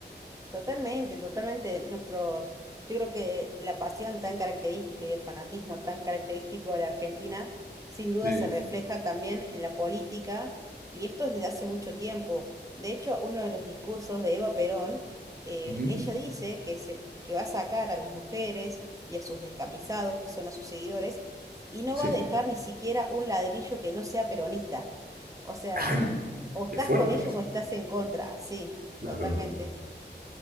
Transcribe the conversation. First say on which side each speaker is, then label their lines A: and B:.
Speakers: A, on the right (about 20°); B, on the right (about 55°).
A: Totalmente, totalmente. Nuestros, yo creo que la pasión tan característica y el fanatismo tan característico de la Argentina, sin duda
B: Sí,
A: se refleja también en la política, y esto desde hace mucho tiempo. De hecho, uno de los discursos de Eva Perón, eh,
B: Ujú.
A: ella dice que se, que va a sacar a las mujeres y a sus descamisados, que son a sus seguidores, y no
B: sí.
A: va a dejar ni siquiera un ladrillo que no sea peronista. O sea,
B: Ay,
A: o estás
B: qué fuerte
A: con ellos
B: es.
A: o estás en contra, sí,
B: Claro.
A: totalmente.